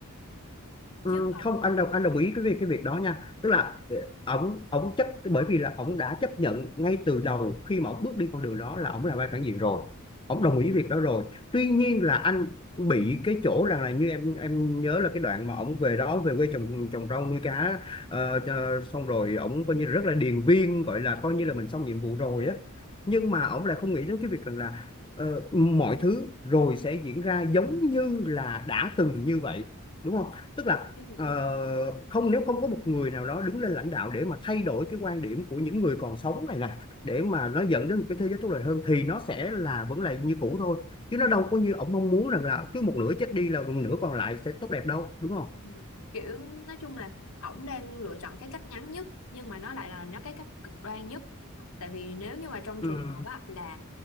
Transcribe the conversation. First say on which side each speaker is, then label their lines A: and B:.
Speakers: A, on the left; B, on the left.
A: Ừm,
B: chứ còn
A: không anh đồng anh đồng ý cái việc cái việc đó nha tức là ờ, ổng ổng chấp bởi vì là ổng đã chấp nhận ngay từ đầu khi mà ổng bước đi con đường đó là ổng là vai phản diện rồi
B: ừ,
A: ổng đồng ý việc đó rồi tuy nhiên là anh bị cái chỗ rằng là như em em nhớ là cái đoạn mà ổng về đó về quê trồng trồng rau nuôi cá ờ, cho- xong rồi ổng
B: ừ,
A: coi như là rất là điền viên gọi là
B: ừ,
A: coi như là mình xong nhiệm vụ rồi á nhưng mà ổng lại không nghĩ đến cái việc rằng là ờ, mọi thứ rồi sẽ diễn ra giống như là đã từng như vậy đúng không tức là
B: em hiểu
A: ờ, không nếu không có một người nào đó đứng lên lãnh đạo để mà thay đổi cái quan điểm của những người còn sống này nè để mà nó dẫn đến một cái thế giới tốt đẹp hơn thì nó sẽ là vẫn là như cũ thôi chứ nó đâu có như ông mong muốn rằng là cứ một nửa chết đi là một nửa còn lại sẽ tốt đẹp đâu đúng không
B: Ừ. kiểu nói chung là ổng đang lựa chọn cái cách ngắn nhất nhưng mà nó lại là nó cái cách cực đoan nhất tại vì nếu như mà trong
A: ừ
B: trường hợp á là